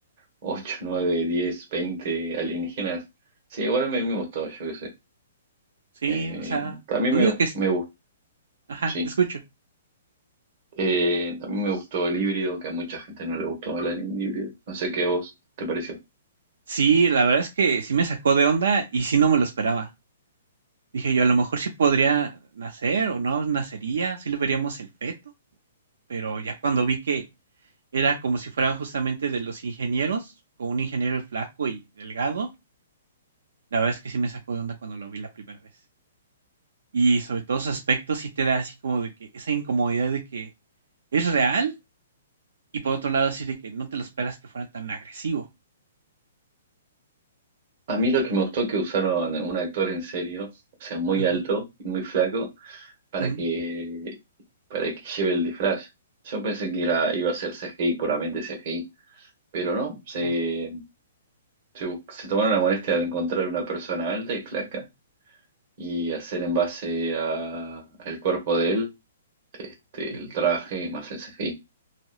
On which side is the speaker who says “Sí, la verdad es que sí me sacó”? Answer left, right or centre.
Right